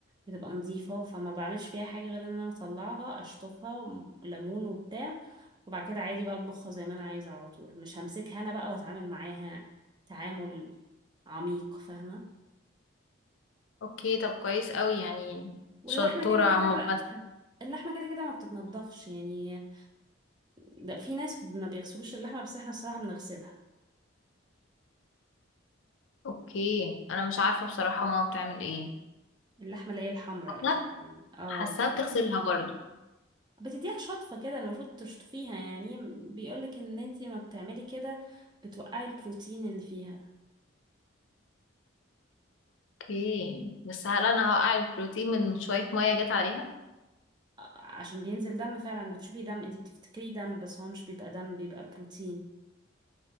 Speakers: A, on the right (about 20°); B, on the left (about 70°).
A: بتبقى نظيفة فما بعملش فيها حاجة غير ان انا اطلعها اشطفها وم- ليمون وبتاع وبعد كده عادي بقى اطبخها زي ما انا عايزة على طول مش همسكها انا بقى واتعامل معاها تعامل عميق فاهمة
B: اوكي طب كويس قوي يعني
A: واللحمة
B: شطورة
A: كده كده
B: عامة
A: اللحمة كده كده ما بتتنضفش يعني ده في ناس ما بيغسلوش اللحمة بس احنا الصراحة بنغسلها
B: اوكي انا مش عارفة بصراحة ماما بتعمل ايه
A: اللحمة اللي هي الحمراء
B: حاساها
A: أكيد يعني اه
B: حاساها بتغسلها برضو
A: بتديها شطفة كده المفروض تشطفيها يعني بيقولك ان انتي ما بتعملي كده بتوقعي البروتين اللي فيها
B: اوكي بس هل انا هوقع البروتين من شوية مية جت عليها
A: ع- عشان بينزل دم فعلا بتشوفي دم انتي بتفتكريه دم بس هو مش بيبقى دم بيبقى بروتين